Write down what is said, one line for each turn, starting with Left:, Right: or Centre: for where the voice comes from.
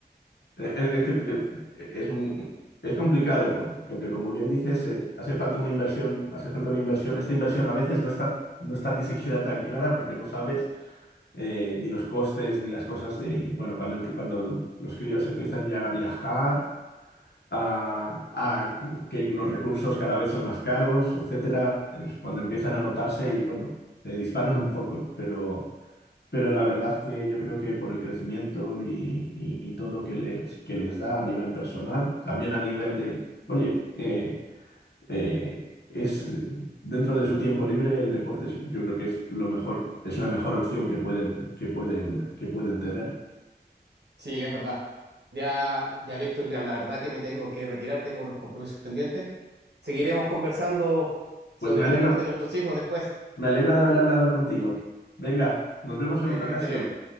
Left: eh, es, que, eh, es muy, es complicado, por- porque, como bien dices, eh, hace falta una inversión, hace falta una inversión. Esta inversión a veces no está, no está ni siquiera tan clara porque no sabes eh, ni los costes, ni las cosas de, y bueno, cuando, el- cuando los críos empiezan ya a viajar. a, a que los recursos cada vez son más caros, etcétera, es cuando empiezan a notarse y bueno, se disparan un poco, pero, pero la verdad que yo creo que por el crecimiento y, y- y todo que les, que les da a nivel personal, también a nivel de, oye, eh, eh, es eh, dentro de su tiempo libre el deporte es- yo creo que es lo mejor, es la mejor opción que pueden, que pueden, que pueden tener.
Right: Sí, es verdad. Ya, ya, Víctor, ya la verdad que me tengo que retirar, tengo unos compromisos pendientes. Seguiremos conversando sobre
Left: Pues me
Right: el
Left: alegro,
Right: deporte de nuestros hijos después.
Left: me alegro de haber hablado contigo. Venga, nos vemos
Right: Cuídate
Left: en otra ocasión.
Right: que estés bien.